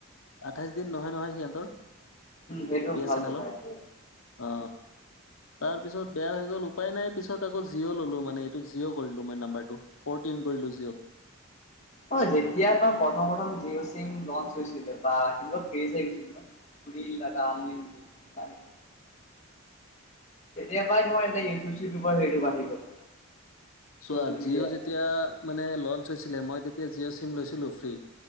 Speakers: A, on the left (about 80°); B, on the left (about 35°).
A: আঠাইছ দিন নহয়, নহয় সিহঁতৰ
B: সেইটো
A: বি এছ
B: ভাল
A: এন
B: কথা
A: এলৰ অ'।
B: সেইটো।
A: তাৰ পিছত বেয়া হৈ গ'ল উপায় নাই পিছত আকৌ জিঅ' ললো মানে এইটো জিঅ' কৰিলোঁ মই নাম্বাৰটো। ফ'টিন কৰিলো জিঅ'।
B: <unintelligible> অ', যেতিয়া তাৰ প্ৰথম, প্ৰথম জিঅ' চিম লঞ্চ হৈছিলে বা সেই ক্ৰেজ আহিছিল ন। ৰিল ডাদটা আনলিমিটেড। তেতিয়া পৰাই তোাৰ এতি ইউিউব চিউবৰ হেৰি বাঢ়ি গ'ল।
A: চোৱা
B: চচিয়েল মিডিয়া
A: জিঅ' যেতিয়া মানে লঞ্চ হৈছিলে মই তেতিয়া জিঅ' চিম লৈছিলো ফ্ৰী।